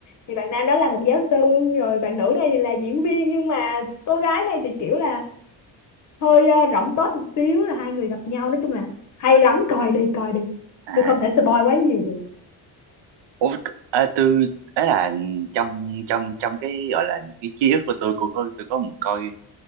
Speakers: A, on the left; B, on the right.
A: thì bạn nam đó là một giáo sư rồi bạn nữ này thì là diễn viên nhưng mà cô gái này thì kiểu là hơi ờ, rỗng tuếch một xíu là hai người gặp nhau nói chung là hay lắm coi đi coi đi
B: à
A: tôi không thể spoil quá nhiều được
B: Ủa, à, tôi ấy là trong trong trong cái gọi là cái ký ức của tôi cô có tôi có một coi